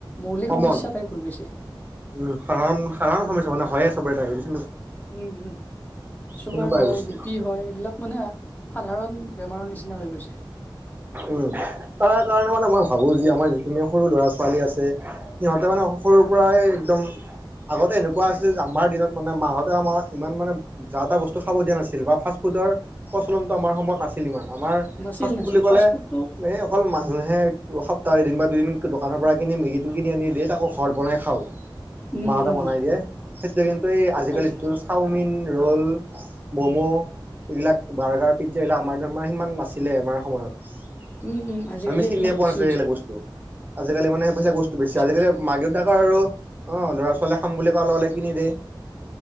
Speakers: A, on the left; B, on the right.
A: মৌলিক
B: কমন
A: সমস্যা টাইপ হৈ গৈছে।
B: উম, সাধাৰণ, সাধাৰণ সমস্যা মানে, হয়ে চবৰে ডায়েবেটিছ।
A: উম, উম, চুগাৰ
B: সেনেকুৱা হৈ
A: হয়,
B: গৈছে।
A: বি পি হয়, এইবিলাক মানে সাধাৰণ বেমাৰৰ নিচিনা হৈ গৈছে।
B: উম! তাৰ কাৰণে মানে মা ভাবোঁ যে, আমাৰ যিখিনি সৰু ল'ৰা-ছোৱালী আছে, সিহঁতে মানে সৰু পূৰাই একদম! আগতে এনেকুৱা আছিল যে আমাৰ দিনত, মানে মাহঁতে আমাৰ ইমান মানে, যা-টা বস্তু খাব দিয়া নাছিল বা ফাষ্ট ফুডৰ প্ৰচলনটো আমাৰ সময়ত নাছিল ইমান, আমাৰ
A: নাছিল
B: ফাষ্ট
A: নাছিল
B: বুলি ক'লে
A: ফুডটো
B: এই অকল মানুহে সপ্তাহৰ এদিন বা দুদিন দোকানৰ পৰা কিনি মেগীটো কিনি আনি ডে, তাকো ঘৰত বনাই খাওঁ।
A: উম
B: মাহতে
A: উম
B: বনাই
A: উম,
B: দিয়ে। সেইটো কিন্তু এই আজিকালি
A: আজি
B: যিটো চাওমিন ৰ'ল, ম'ম', এইবিলাক বাৰ্গাৰ, পিজ্জা, এইবিলাক আমাৰ মানে, সিমান নাছিলে আমাৰ সময়ত।
A: উম উম আজিকালি
B: আমি চিনিয়ে
A: এইবিলাক
B: পোৱা
A: বেছি
B: নাছিলোঁ,
A: হৈছে
B: সেইবিলাক বস্তু। আজিকালি মানে বস্তু বেছি,
A: পিছে
B: আজিকালি
A: বস্তুটো
B: মাক-দেউতাকে আৰু অঁ, ল'ৰা-ছোৱালীয়ে খাম বুলি কোৱাৰ লগে-লগে কিনি দে।